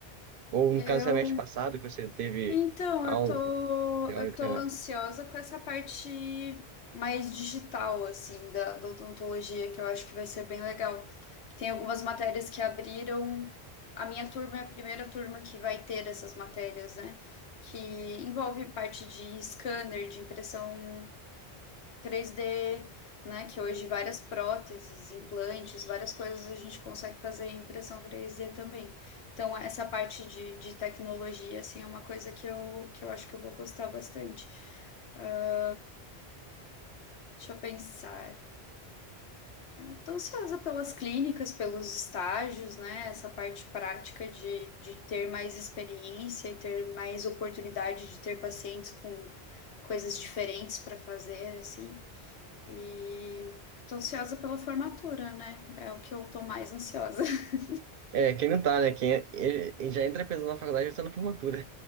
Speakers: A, on the right (about 65°); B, on the left (about 85°).
A: Ou no
B: Eu
A: caso, semestre passado, que você teve
B: Então,
A: aula
B: eu tô,
A: teórica,
B: eu tô
A: né?
B: ansiosa com essa parte mais digital, assim, da, da odontologia, que eu acho que vai ser bem legal. Que tem algumas matérias que abriram. A minha turma é a primeira turma que vai ter essas matérias, né? Que envolve parte de scanner, de impressão 3D, né? Que hoje várias próteses, implantes, várias coisas a gente consegue fazer em impressão 3D também. Então, essa parte de, de tecnologia, assim, é uma coisa que eu, que eu acho que eu vou gostar bastante. Ah, Deixa eu pensar. Estou ansiosa pelas clínicas, pelos estágios, né? Essa parte prática de, de ter mais experiência e ter mais oportunidade de ter pacientes com coisas diferentes para fazer, assim. E tô ansiosa pela formatura, né? É o que eu tô mais ansiosa. <laughs>
A: É, quem não tá, né? Quem é- ele- ele já entra pensando na faculdade, já está na formatura.